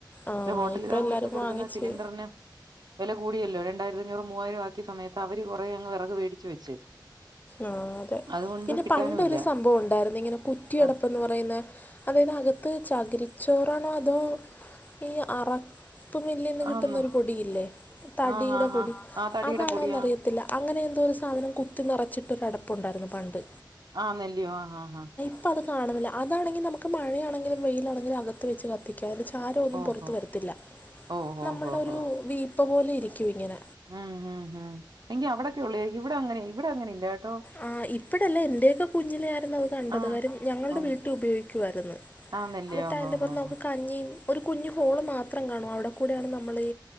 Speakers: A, on the left (about 20°); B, on the right (about 55°).
A: ആ
B: ഹോട്ടല്കാർക്കൊക്കെ
A: ഇപ്പം എല്ലാവരും
B: കൊടുക്കുന്ന
A: വാങ്ങിച്ച്
B: സിലിണ്ടർന് വെല കൂടിയല്ലോ രണ്ടായിരത്തിഞ്ഞൂറ് മൂവായിരം ആക്കിയ സമയത്ത് അവര് കൊറേ അങ്ങ് വെറക് വേടിച്ച് വെച്ച്
A: ആഹ് അതെ
B: അതുകൊണ്ട്
A: പിന്നെ
B: കിട്ടാനും
A: പണ്ടൊരു
B: ഇല്ല
A: സംഭവം ഒണ്ടാര്ന്ന് ഇങ്ങനെ കു കുറ്റിയടപ്പ്
B: ആഹ്
A: എന്ന് പറയുന്നെ അതായ്ത് അകത്ത് ചകരിച്ചോറാണോ അതോ ഈ അറ ത്തു മില്ലിന്ന് കിട്ടുന്നൊരു
B: ആന്നോ
A: പൊടിയില്ലേ തടീടെ
B: ആഹ് ആഹ്
A: പൊടി
B: ആഹ് ആഹ് തടിയുടെ
A: അതാണോന്ന്റിയ
B: പൊടിയാ
A: അങ്ങനെ എന്തോ ഒരു സാധനം കുത്തി നറച്ചിട്ടൊരു അടപ്പൊണ്ടാര്ന്നു പണ്ട്
B: ആന്നല്ല്യോ ആഹ് ആഹ് ആഹ്
A: ഇപ്പത് കാണുന്നില്ല അതാണെങ്കി നമുക്ക് മഴയാണെങ്കിലും വെയിലാണെങ്കിലും അക വെച്ച് കത്തിക്ക അയ്ന്റെ ചാരം ഒന്നും
B: ഓഹോ
A: പൊറത്ത് വരത്തില്ല
B: ഓ ഹോ
A: നമ്മുടെ
B: ഹോ
A: ഒരു
B: ഹോ
A: വീ പ്പ പോലെയിരിക്കും ഇങ്ങന
B: ഉം ഉം ഉം എങ്കി അവിടെക്കെള്ളു ആരിക്കും ഇവടെ അങ്ങനെ ഇവടെ അങ്ങനില്ല കേട്ടോ
A: ആ ഇപ്പഴല്ല എന്റെയക്ക കുഞ്ഞിലെയാര്ന്നു അത് കണ്ടത്
B: ആ
A: കാര്യം ഞങ്ങൾടെ
B: ഓ
A: വീട്ടീ ഉപയോഗിക്കുവാരുന്നു
B: ആന്നല്ലയോ
A: എന്നിട്ട് അയിന്റെ
B: ഓ
A: പൊറത്ത്ന്ന്
B: ഓ
A: നമുക്ക് കഞ്ഞീം ഒരു കുഞ്ഞു ഹോള് മാത്രം കാണും അവിടെക്കൂടെയാണ് നമ്മളീ